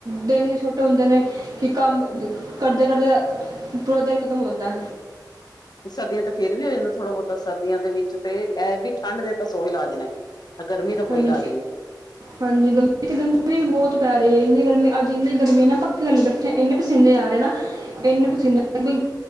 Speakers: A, on the right; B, on the left.
A: ਦਿਨ ਹੀ ਛੋਟੇ ਹੁੰਦੇ ਨੇ ਕਿ ਕੰਮ ਕਰਦੇ-ਕਰਦੇ ਪੂਰਾ ਦਿਨ ਖਤਮ ਹੋ ਜਾਂਦਾ
B: ਸਰਦੀਆਂ ਤੇ ਫੇਰ ਵੀ ਹੋ ਜਾਂਦਾ ਥੋੜਾ ਬਹੁਤਾ, ਸਰਦੀਆਂ ਦੇ ਵਿੱਚ ਤੇ ਇਹ ਵੀ ਠੰਢ ਦੇ ਤਾਂ ਸੋ ਇਲਾਜ ਨੇ ਗਰਮੀ ਦਾ
A: ਹਾਂਜੀ।
B: ਕੋਈ ਇਲਾਜ ਨਹੀਂ
A: ਹਾਂਜੀ, ਗਰਮੀ ਤੇ ਗਰਮੀ ਬਹੁਤ ਪੈ ਰਹੀ ਇੰਨੀ ਗਰਮੀ ਅੱਜ ਇੰਨੀ ਗਰਮੀ ਹੈ ਨਾ ਪੱਖੇ ਥਲੇ ਬੈਠੇ ਆ ਏਨੇ ਪਸੀਨੇ ਆ ਰਹੇ ਨਾ ਇਨੇ ਪਸੀਨੇ